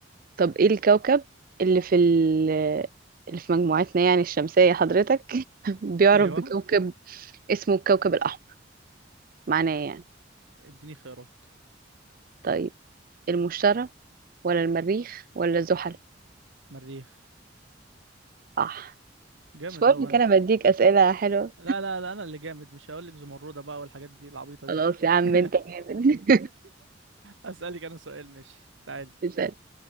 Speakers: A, on the right (about 50°); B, on the right (about 90°).
A: طب ايه الكوكب اللي في ال اللي في مجموعتنا يعني الشمسية حضرتك <laughs> بيعرف
B: <laughs> ايوه
A: بكوكب اسمه الكوكب الأحمر معناه إيه يعني
B: اديني خيارات
A: طيب المشتري ولا المريخ ولا زحل
B: مريخ
A: صح
B: جامد
A: مش بقول
B: اوي
A: لك
B: انا
A: انا بديك أسئلة حلوة
B: لا لا لا انا اللي جامد مش هقول لك زمرده بقى والحاجات دي العبيطه دي
A: خلاص يا عم
B: <laughs>
A: انت جامد
B: اسالك انا سؤال ماشي تعالي
A: <laughs> اسأل